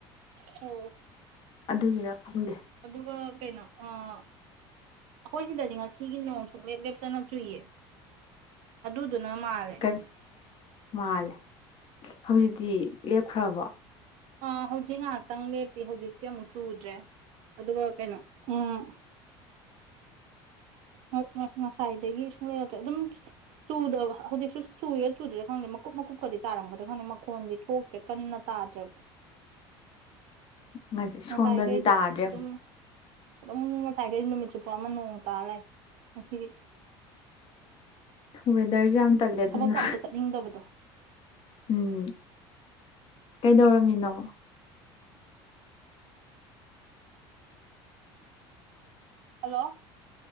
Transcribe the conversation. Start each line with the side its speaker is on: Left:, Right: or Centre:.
Right: <unintelligible>
Left: ꯑꯗꯨꯒꯤꯔ ꯈꯪꯗꯦ
Right: ꯑꯗꯨꯒ ꯀꯩꯅꯣ ꯑꯥ ꯑꯈꯣꯏ ꯁꯤꯗꯗꯤ ꯉꯁꯤꯒꯤ ꯅꯣꯡ ꯁꯨꯡꯂꯦꯞ ꯂꯦꯞꯇꯅ ꯆꯨꯏꯌꯦ ꯑꯗꯨꯗꯨꯅ ꯃꯥꯜ
Left: ꯀꯟ ꯃꯥꯜꯂꯦ ꯍꯧꯖꯤꯛꯇꯤ ꯂꯦꯞꯈ꯭ꯔꯕꯣ
Right: ꯑ ꯍꯧꯖꯤꯛ ꯉꯥꯍꯥꯛꯇꯪ ꯂꯦꯞꯄꯤ ꯍꯧꯖꯤꯛꯇꯤ ꯑꯃꯨꯛ ꯆꯨꯗ꯭ꯔꯦ ꯑꯗꯨꯒ ꯀꯩꯅꯣ ꯎꯝ ꯎꯝ ꯉ ꯉ ꯉꯁꯥꯏ ꯉꯁꯥꯏꯗꯒꯤ ꯁꯨꯡꯂ‌ꯦꯞ ꯂ‌ꯦꯞꯇ‌ꯦ ꯑꯗꯨꯝ ꯆꯨꯗꯕ ꯍꯧꯖꯤꯛꯁꯨ ꯆꯨꯏꯔ ꯆꯨꯗ꯭ꯔꯤꯔꯥ ꯈꯪꯗꯦ ꯃꯀꯨꯞ ꯃꯀꯨꯞꯀꯗꯤ ꯇꯥꯔꯝꯒꯗ꯭ꯔ ꯈꯪꯗꯦ ꯃꯈꯣꯟꯗꯤ ꯊꯣꯛꯇꯦ ꯀꯟꯅ ꯇꯥꯗ꯭ꯔꯦꯕ
Left: ꯉꯁꯤ ꯁꯣꯝꯗꯗꯤ
Right: ꯉꯁꯥꯏꯗꯩꯗꯤ
Left: ꯇꯥꯗ꯭ꯔꯦ
Right: ꯗꯨꯝ ꯑꯗꯨꯝ ꯉꯁꯥꯏꯒꯩ ꯅꯨꯃꯤꯠ ꯆꯨꯞꯄ ꯑꯃ ꯅꯣꯡ ꯇꯥꯔ ꯂꯩ ꯉꯁꯤꯒꯤ
Left: ꯋꯦꯗꯔꯁꯦ ꯌꯥꯝ ꯇꯜꯂꯦ ꯑꯗꯨꯅ
Right: ꯊꯕꯛꯀ ꯑꯝꯇ ꯆꯠꯅꯤꯡꯗꯕꯗꯣ
Left: ꯎꯝ ꯀꯩꯗꯧꯔꯝꯃꯤꯅꯣ
Right: ꯍꯜꯂꯣ